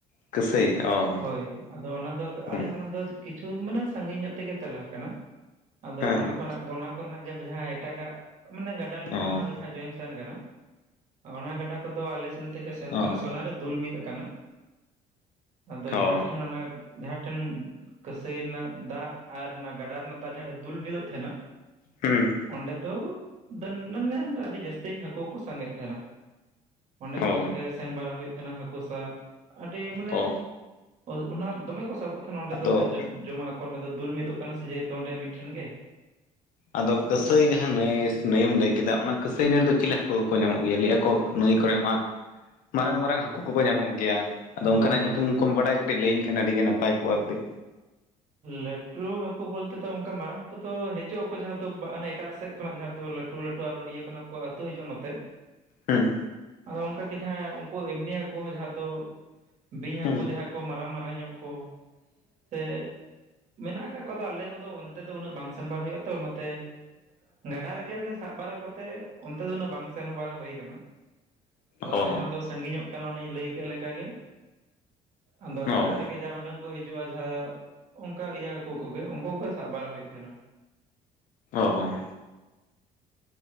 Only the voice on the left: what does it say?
ᱠᱟᱹᱥᱟᱹᱭ ᱚ
ᱦᱮᱸ
ᱦᱮᱸ
ᱚ
ᱚ
ᱚ
ᱦᱮᱸ
ᱚ
ᱚ
ᱟᱫᱚ
ᱟᱫᱚ ᱠᱟᱹᱥᱟᱹᱭ ᱡᱟᱦᱟᱸ ᱱᱟᱹᱭ ᱱᱟᱹᱭᱮᱢ ᱞᱟᱹᱭ ᱠᱮᱫᱟ ᱚᱱᱟ ᱠᱟᱹᱥᱟᱹᱭ ᱱᱟᱹᱭ ᱨᱮ ᱫᱚ ᱪᱤᱞᱤ ᱦᱟᱹᱠᱩ ᱠᱚ ᱧᱟᱢᱚᱜ ᱜᱮᱭᱟ? ᱞᱟᱹᱭᱟ ᱠᱚ ᱱᱟᱹᱭ ᱠᱚᱨᱮ ᱢᱟ ᱢᱟᱨᱟᱝ ᱢᱟᱨᱟᱝ ᱦᱟᱹᱠᱩ ᱠᱚᱠᱚ ᱧᱟᱢᱚᱜ ᱜᱮᱭᱟ᱾ ᱟᱫᱚ
ᱚᱱᱠᱟᱱᱟᱜ
ᱧᱩᱛᱩᱢ ᱠᱚᱢ ᱵᱟᱲᱟᱭ ᱠᱟᱹᱴᱤᱡ ᱞᱟᱹᱭᱟᱹᱧ ᱠᱷᱟᱱ ᱟᱹᱰᱤ ᱜᱮ ᱱᱟᱯᱟᱭ ᱠᱚᱜ-ᱟ ᱠᱟᱹᱴᱤᱡ᱾
ᱦᱮᱸ
ᱦᱩᱸ
ᱚ
ᱚ
ᱚᱸ